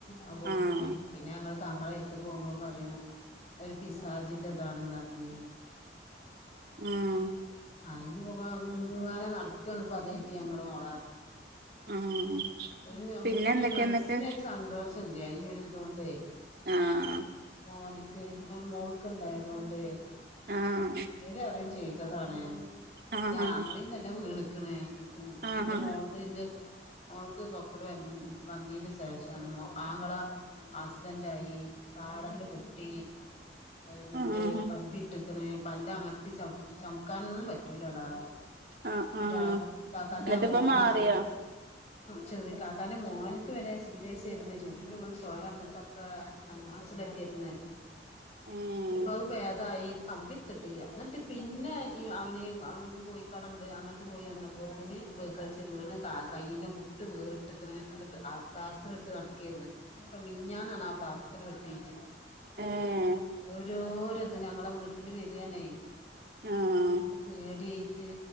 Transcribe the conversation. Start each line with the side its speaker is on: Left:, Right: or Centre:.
Left: അത് കൊടുക്കാ
Right: ആഹ്
Left: പിന്നെ ഞങ്ങ താങ്കളെ എത്ത്ക്ക് പോവുമ്പോ പറയാ ഒരു പിസാജിന്റെതാണ് ന്ന് റഞ്ഞി
Right: ആഹ്
Left: അയിന് പോക ഇങ്ങനെ നടക്കാണ് ഇപ്പ <unintelligible> ഞങ്ങള് മോ
Right: ആഹ്
Left: ഒരു നമ്മുക്കൊരു
Right: പിന്നെ എന്തൊക്കെയാ
Left: മനസ്സിനൊരു
Right: എന്നിട്ട്
Left: സന്തോഷ ഇല്ല ഈയൊരു ഇതോണ്ടേ
Right: ആഹ്
Left: മോന്ക്ക് മോള്ക്ക്ണ്ടായതോണ്ടേ
Right: ആഹ്
Left: ചിലരറിയും ചെയ്തതാണ്
Right: ആഹ്
Left: ന്റാങ്ങളീം
Right: ആഹ്
Left: തന്നെ വീണ്ക്ക്ണ്
Right: ആഹ്
Left: ന്റെ മോള്ത് ന്റെ ത് <unintelligible> സോക്കെട് വ വന്നീന്റെ ശേഷാണ് ആങ്ങള ആസ് ഡെന്റായി താടെല്ല് പൊട്ടി ഏഹ് ന്നട്ട്
Right: ആഹ്
Left: കമ്പിട്ട്ക്ക്ണ് പല്ലമർത്തി ചം ചംക്കാനൊന്നും പറ്റൂലാളാ
Right: ആഹ് ആഹ്
Left: ന്റാങ്ങ ന്നാ തന്നെ
Right: എന്നിട്ടിപ്പ
Left: മോന്
Right: മാറിയോ
Left: ചെറി ചെറിക്കാക്കാന്റെ മോന്ക്ക് വെരെ സീരിയസേര്ന്ന് ചൊവ്ട്ടിന്റുള്ള്ന്ന് ചോരന്ന്ട്ടൊക്കെ അൽമാസിലെക്കെ യ്ന്ന്
Right: ഏഹ്
Left: ന്നട്ട്പ്പത് പേതായി പ്പാെ കമ്പിട്ത്ത്ട്ട്യ്യ ന്നട്ട് പിന്നെ ഈ അവന് അവൻ കോയിക്കടണ്ട് അങ്ങട്ട് പോയന്നപ്പോത്ത്ന് വീകൽച്ച് വീണ് കാ കയ്യിന്റെ മു ട്ട് വേർട്ട്ക്ക്ണ് ന്നട്ട് ആഹ് പ്ലാസ്റ്ററ്ട്ട് നടെക്കേര്ന്ന് പ്പം മിഞ്ഞാന്നാണാ പ്ലാസ്റ്ററ് വെട്ടീട്ട്
Right: ഏഹ്
Left: ഓ രോരത് ഞങ്ങളെ വീട്ട്ൽ വരാണേ
Right: ആഹ്
Left: ത്പ്പം പേട്യായ് ട്ട്